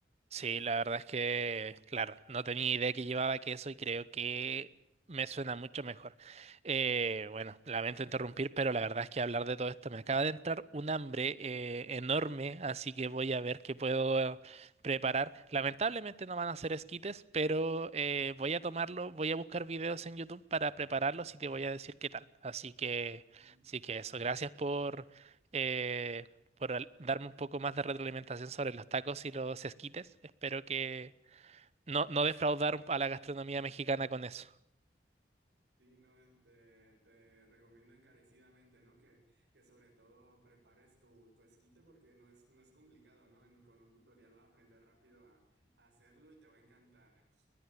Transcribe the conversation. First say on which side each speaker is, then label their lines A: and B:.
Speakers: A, on the right; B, on the right.
A: Sí, la verdad es que, claro, no tenía idea que llevaba queso y creo que me suena mucho mejor. Eh, bueno, lamento interrumpir, pero la verdad es que hablar de todo esto me acaba de entrar un hambre eh, enorme, así que voy a ver qué puedo preparar. Lamentablemente no van a ser esquites, pero eh, voy a tomarlo, voy a buscar videos en YouTube para prepararlos y te voy a decir qué tal. Así que,
B: Ujú.
A: sí que eso, gracias por... eh, por al- darme un poco más de retroalimentación sobre los tacos y los esquites. Espero que no, no defraudar a la gastronomía mexicana con eso.
B: Sí, no, eh, te, te recomiendo encarecidamente, ¿no? Que, que sobre todo prepares tu, tu esquite porque no es, no es complicado, ¿no? En- con un tutorial vas a aprender rápido a a hacerlo y te va a encantar.